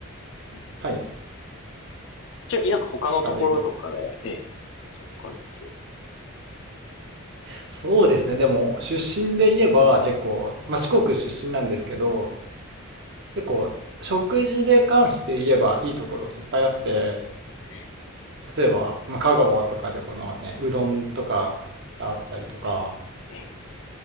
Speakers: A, on the left; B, on the right.
A: うんうん
B: はい、
A: ちなみになんか他のところとかで、
B: 他で言うと。
A: ええ、おすすめとかあります
B: そうですね、でも、出身で言えば、結構、まあ、四国出身なんですけど、
A: え
B: 結構、食事で関して言えば、いいところいっぱいあって、
A: え。
B: 例えば、まあ、香川とかでこのね、うどんとかがあったりとか、
A: ええ、